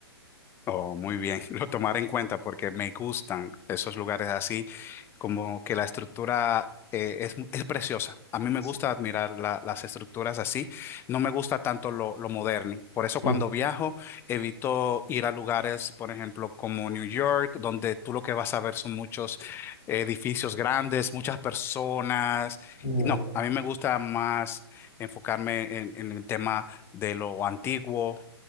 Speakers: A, on the left; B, on the left.
A: Oh, muy bien, <laughs> lo tomaré en cuenta porque me gustan esos lugares así, como que la estructura eh, es, es preciosa. A mí me
B: Sí.
A: gusta admirar la- las estructuras así, no me gusta tanto lo, lo moderno. Por eso cuando
B: Mm,
A: viajo evito ir a lugares, por ejemplo, como New York, donde tú lo que vas a ver son muchos eh, edificios grandes, muchas personas.
B: mm,
A: No, a mí me gusta más enfocarme en, en el tema de lo antiguo,